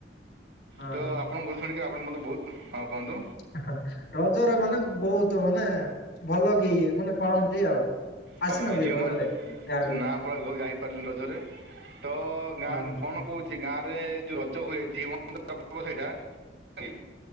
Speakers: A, on the left (about 80°); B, on the right (about 75°).
A: ହଁ
B: ତ ଆପଣଙ୍କର ଶୁଣିକି ଆପଣ ମୋତେ ବହୁତ ହଁ କୁହନ୍ତୁ?
A: ଆହା ରଜରେ ମାନେ ବହୁତ ମାନେ ଭଲକି ମାନେ ପାଳନ୍ତି ଆଉ। ଆସିନ
B: ହଁ
A: କି
B: ଝିଅମନ
A: ରଜରେ ଗାଁକୁ?
B: ନାଁପା ଗ ଯାଇପାରିଲିନି ରଜରେ ତ ଗାଁରୁ
A: ହଁ ହଁ।
B: କଣ କହୁଚି ଗାଁ ରେ ଯଉ ରଜ ହୁଏ ଝିଅ ମାନଙ୍କର ପର୍ବ ସେଇଟା ହଉଚି!